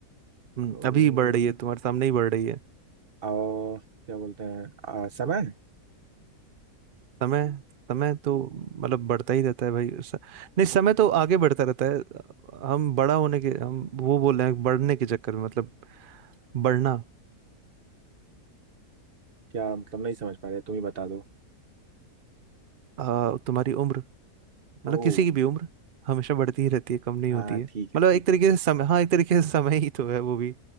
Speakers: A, on the right (about 70°); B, on the right (about 40°).
A: हम्म,
B: अम्म,
A: अभी बढ़ रही है तुम्हारे सामने ही बढ़ रही है
B: अ, क्या बोलते हैं अ, समय
A: समय समय तो मतलब बढ़ता ही रहता है भाई स- नहीं समय तो आगे बढ़ता रहता है हम बड़ा होने के हम वो बोल रहे हैं बढ़ने के चक्कर में मतलब बढ़ना
B: क्या मतलब नहीं समझ पा रहे तुम ही बता दो
A: आ, तुम्हारी उम्र मतलब
B: ओ
A: किसी की भी उम्र हमेशा बढ़ती ही रहती है कम नहीं
B: हाँ
A: होती है
B: ठीक है
A: मतलब
B: ठीक
A: एक तरीके
B: है
A: से समय हाँ एक तरीके से समय ही तो है वो भी